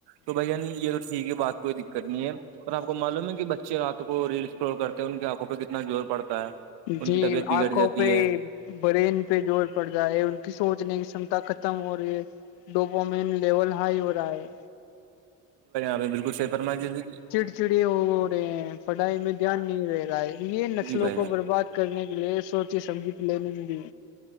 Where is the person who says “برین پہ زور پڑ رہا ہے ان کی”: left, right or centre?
Left